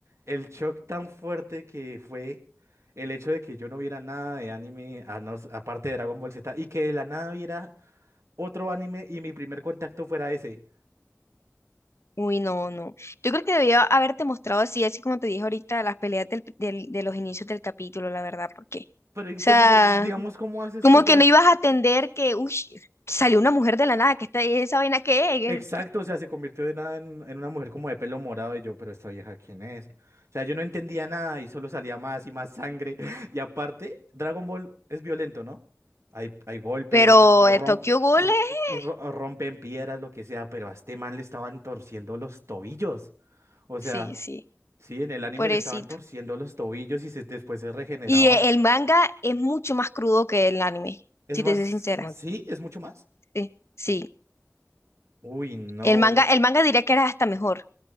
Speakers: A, on the right; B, on the left.
A: el shock tan fuerte que fue el hecho de que yo no viera nada de anime, a no s- aparte de Dragon Ball Z, y que de la nada viera otro anime y mi primer contacto fuera ese.
B: Uy, no, no. Yo creo que debía haberte mostrado así, así como te dije ahorita, las peleas del- del- de los inicios del capítulo, la verdad, porque,
A: Pero
B: o
A: entonces,
B: sea...
A: eh, digamos, ¿cómo haces
B: Como
A: tú para...?
B: que no ibas a atender que, uy, salió una mujer de la nada, que está esa vaina que
A: Exacto,
B: es.
A: o sea, se convirtió de nada en, en una mujer como de pelo morado y yo, pero esta vieja, ¿quién es? O sea, yo no entendía nada y solo salía más y más sangre. <laughs> Y aparte, Dragon Ball es violento, ¿no? Hay, hay golpes,
B: Pero
A: rom-
B: eh, Tokyo Ghoul
A: ro-
B: es-
A: ro- rompen piedras, lo que sea, pero a este man le estaban torciendo los tobillos. O sea,
B: sí, sí,
A: sí, en el anime
B: pobrecito.
A: le estaban torciendo los tobillos y se- después se regeneraba.
B: Y eh, el manga es mucho más crudo que el anime,
A: Es
B: si
A: más,
B: te soy sincera.
A: sí,
B: Ah,
A: es mucho más.
B: sí. Sí, sí.
A: Uy, no,
B: El manga, el manga diría que era hasta mejor.